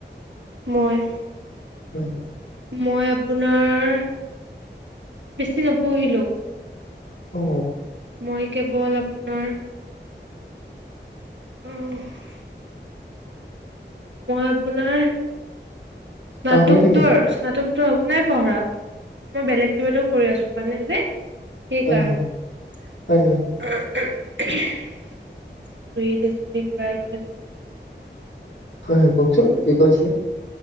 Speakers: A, on the right; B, on the left.
A: মই
B: হয়
A: মই আপোনাৰ বেছি নপঢ়িলোঁ
B: অ
A: মই কেৱল আপোনাৰ উ মই আপোনাৰ স্নাতকতৰ
B: পাহৰি থাকিলে
A: স্নাতক নাই পঢ়ৰা মই বেলেগ কিবাও কৰি আছো মানে যে সেই
B: হয়
A: কাৰণে
B: হয়
A: উম,
B: হয় হয়
A: উম। উহু <unintelligible>
B: হয় হয় কওকচোন কি কৈছিলে